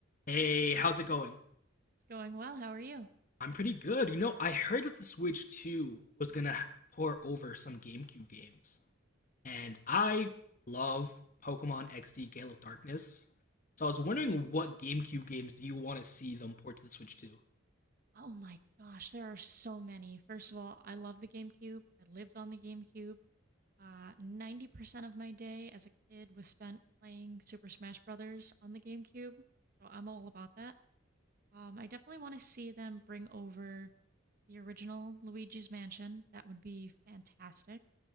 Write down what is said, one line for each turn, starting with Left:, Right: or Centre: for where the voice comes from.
Left: Hey, how's it going?
Right: Going well. How are you?
Left: I'm pretty good. You know, I heard that the Switch 2 was gonna pour over some GameCube games, and I love Pokemon XD Gale of Darkness. So I was wondering what GameCube games do you want to see them port to the Switch 2?
Right: Oh my gosh, there are so many. First of all, I love the GameCube. I lived on the GameCube. Uh, 90% of my day as a kid was spent playing Super Smash Brothers on the GameCube. So I'm all about that. Um, I definitely want to see them bring over the original Luigi's Mansion. That would be fantastic.